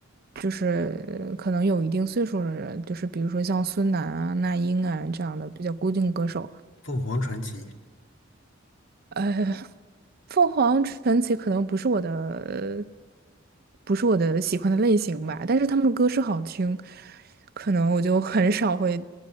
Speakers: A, on the right; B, on the left.
A: 就是可能有一定岁数的人，就是比如说像孙楠啊、那英啊这样的比较固定歌手。
B: 凤凰传奇。
A: 呃，凤凰传奇可能不是我的，不是我的喜欢的类型吧，但是他们的歌是好听，可能我就很少会，